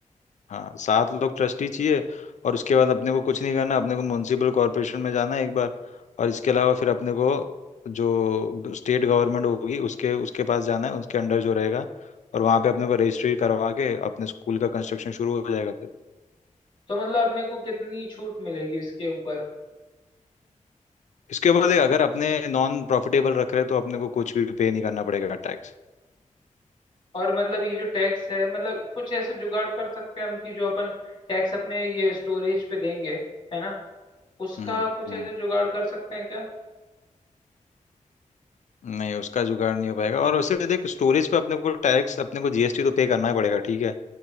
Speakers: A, on the left (about 65°); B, on the left (about 35°).
A: हाँ सात लोग ट्रस्टी चाहिए और उसके बाद अपने को कुछ नहीं करना अपने को म्यूनसिपल कॉरपोरेशन में जाना है एक बार और इसके अलावा फिर अपने को जो स्टेट गवर्नमेंट होगी उसके उसके पास जाना है उसके अंडर जो रहेगा और वहाँ पे अपने को रजिस्ट्री करवा के अपने स्कूल का कंस्ट्रक्शन शुरू हो जाएगा
B: तो मतलब अपने को कितनी छूट मिलेगी इसके ऊपर
A: इसके ऊपर देख अगर अपने नॉन प्रॉफिटेबल रख रहे हैं तो अपने को कुछ भी पे नहीं करना पड़ेगा टैक्स
B: और मतलब ये जो टैक्स है मतलब कुछ ऐसे जुगाड़ कर सकते हैं हम कि जो अपन टैक्स अपने ये स्टोरेज पे देंगे है ना उसका
A: हम्म
B: कुछ
A: हम्म
B: ऐसे जुगाड़ कर सकते हैं क्या
A: नहीं उसका जुगाड़ नहीं हो पाएगा और वैसे देख स्टोरेज पे अपने को टैक्स अपने को जीएसटी तो पे करना ही पड़ेगा ठीक है